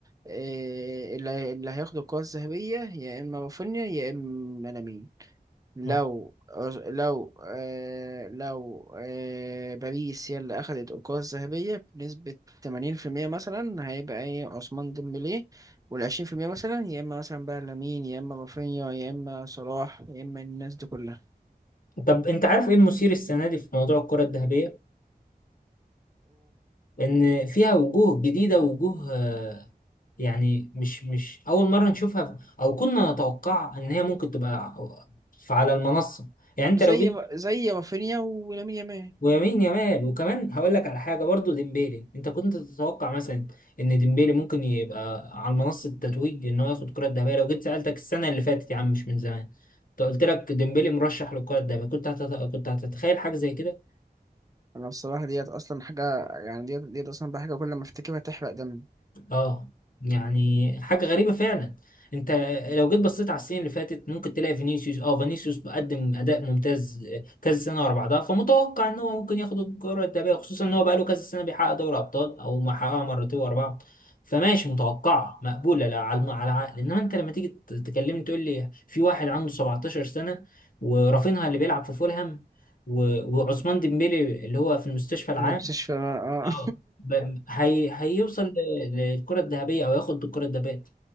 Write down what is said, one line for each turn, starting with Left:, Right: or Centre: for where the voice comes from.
Right: آه اللي هي- اللي هياخد الكره الذهبيه يا اما رافينيا يا اما لامين لو
Left: آه.
Right: لو آه لو آه باريس هي اللي اخدت الكره الذهبيه بنسبه 80% مثلا هيبقى ايه عثمان ديمبلي وال 20% مثلا يا اما مثلا بقى لامين يا اما رافينيا يا اما صلاح يا اما الناس دي كلها
Left: طب انت عارف ايه المثير السنه دي في موضوع الكره الذهبيه لان فيها وجوه جديده وجوه آه، يعني مش مش اول مره نشوفها او كنا نتوقع ان هي ممكن تبقى ف- على المنصه يعني انت
Right: زي
Left: لو جيت
Right: ما- زي رافينيا ولامين يامال
Left: ويمين يمال وكمان هقول لك على حاجه برضو ديمبيلي انت كنت تتوقع مثلا ان ديمبيلي ممكن يبقى على منصه التتويج ان هو ياخد الكره الذهبيه لو جيت سالتك السنه اللي فاتت يا عم مش من زمان انت قلت لك ديمبيلي مرشح للكره الذهبيه كنت هتت... كنت هتتخيل حاجه زي كده
Right: انا بصراحه ديت اصلا حاجه يعني ديت ديت اصلا بقى حاجه كل ما افتكرها تحرق دمي
Left: اه يعني حاجة غريبة فعلا انت لو جيت بصيت على السنين اللي فاتت ممكن تلاقي فينيسيوس اه فينيسيوس بقدم اداء ممتاز كذا سنة ورا بعضها فمتوقع ان هو ممكن ياخد الكرة الذهبية خصوصا ان هو بقاله كذا سنة بيحقق دوري ابطال او ما حققها مرتين ورا بعض فماشي متوقعة مقبولة لا على على العقل انما انت لما تيجي ت- تكلمني تقول لي في واحد عنده 17 سنة ورافينها اللي بيلعب في فولهام و- وعثمان ديمبélé اللي هو في المستشفى العام
Right: المستشفى آه
Left: اه ب- هي هيوصل ل- للكرة الذهبية او ياخد بالكرة الذهبية